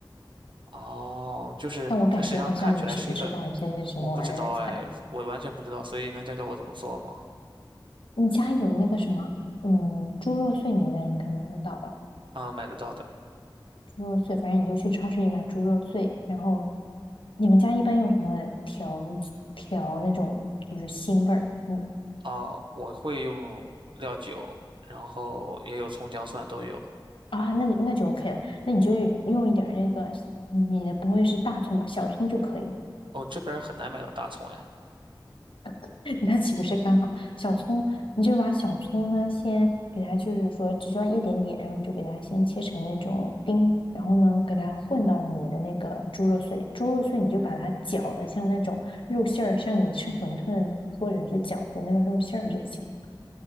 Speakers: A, on the right (about 70°); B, on the left (about 85°).
A: 哦，就是它实际上看起来是一个，
B: 但我感觉好像你是不知道你现在是什么玩意儿菜。
A: 我不知道哎，我完全不知道，所以能教教我怎么做吗？
B: 你家有那个什么，嗯，猪肉碎你那应该买得到吧？
A: 啊，买得到的
B: 猪肉碎，反正你就去超市里买猪肉碎。然后你们家一般用什么调调那种就是腥味儿？你
A: 啊，我会用料酒，然后也有葱姜蒜都有。
B: 啊，那你那就 OK 了，那你就用一点儿那个，你的不会是大葱吧？小葱就可以，
A: 哦，这边儿很难买到大葱哎。
B: <laughs> 那岂不是刚好？小葱，你就把小葱呢，先给它，就是说只需要一点点，然后你就给它先切成那种丁，然后呢，给它混到你的那个猪肉碎，猪肉碎你就把它搅的像那种肉馅儿，像你吃馄饨或者是饺子那个肉馅儿就行。